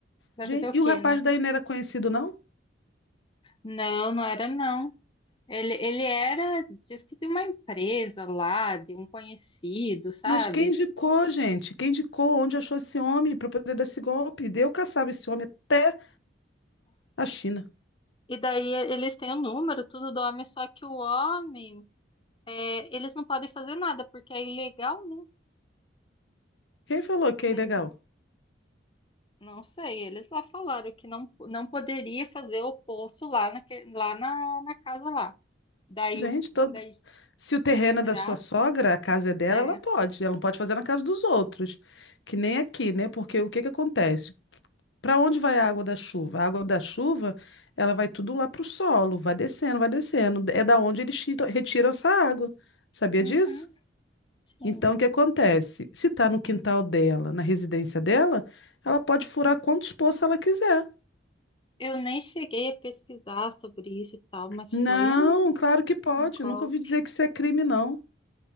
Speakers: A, on the left; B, on the left.
A: Vai
B: Gente,
A: fazer o
B: e
A: quê,
B: o rapaz
A: né?
B: daí não era conhecido, não?
A: Não, não era não. Ele, ele era, diz que de uma empresa lá, de um conhecido, sabe?
B: Mas quem indicou, gente? Quem indicou onde achou esse homem para poder dar esse golpe? Eu caçava esse homem até a China.
A: E daí eles têm o número, tudo do homem, só que o homem, é, eles não podem fazer nada, porque é ilegal, né?
B: Quem falou que
A: Eles,
B: é ilegal?
A: não sei, eles lá falaram que não, não poderia fazer o poço lá, naque, lá na, na casa lá. Daí,
B: Gente,
A: o- daí
B: Se o terreno
A: Será?
B: é da sua sogra, a casa é dela,
A: É.
B: ela pode. Ela não pode fazer na casa dos outros, que nem aqui, né? Porque o que que acontece? Para onde vai a água da chuva? A água da chuva, ela vai tudo lá para o solo, vai descendo, vai descendo. É da onde eles tiram- retiram essa água. Sabia
A: Uhum.
B: disso?
A: Sim.
B: Então, o que acontece? Se está no quintal dela, na residência dela, ela pode furar quantos poços ela quiser.
A: Eu nem cheguei a pesquisar sobre isso e tal, mas
B: Não,
A: foi um,
B: claro que pode.
A: um golpe.
B: Nunca ouvi dizer que isso é crime, não.